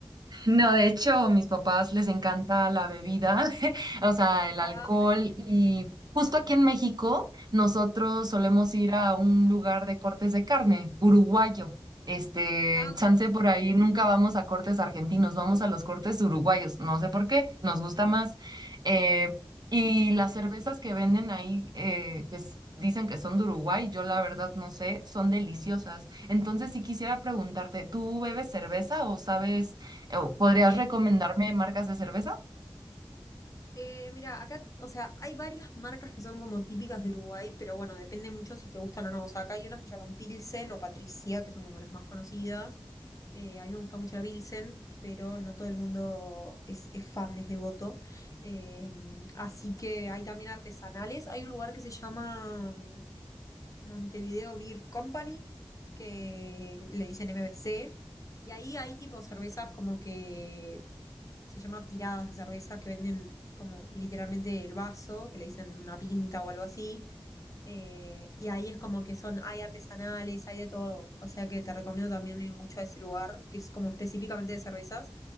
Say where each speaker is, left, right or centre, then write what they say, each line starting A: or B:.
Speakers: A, on the right (about 50°); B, on the left (about 40°).
A: No, de hecho, mis papás les encanta la bebida, <laughs> o sea, el
B: Ah,
A: alcohol
B: ok.
A: y justo aquí en México nosotros solemos ir a un lugar de cortes de carne, uruguayo. Este,
B: Ah, ok.
A: chance
B: <laughs>
A: por ahí, nunca vamos a cortes argentinos, vamos a los cortes uruguayos, no sé por qué, nos gusta más. Eh, y las cervezas que venden ahí, eh, que s- dicen que son de Uruguay, yo la verdad no sé, son deliciosas. Entonces, si quisiera preguntarte, ¿tú bebes cerveza o sabes? o ¿Podrías
B: Sí.
A: recomendarme marcas de cerveza?
B: Eh, mira, acá, o sea, hay varias marcas que son como típicas de Uruguay, pero bueno, depende mucho si te gustan o no. O sea, acá hay unas que llaman Pilsen o Patricia, que son como las más conocidas. Eh, a mí me gusta mucho la Pilsen, pero no todo el mundo es, es fan, es devoto. Eh, así que hay también artesanales. Hay un lugar que se llama mm, Montevideo Beer Company, que le dicen MBC, y ahí hay tipo cervezas como que se llama tiradas de cervezas que venden como literalmente el vaso, que le dicen una pinta o algo así. Eh, y ahí es como que son, hay artesanales, hay de todo. O sea que te recomiendo también ir mucho a ese lugar, que es como específicamente de cervezas.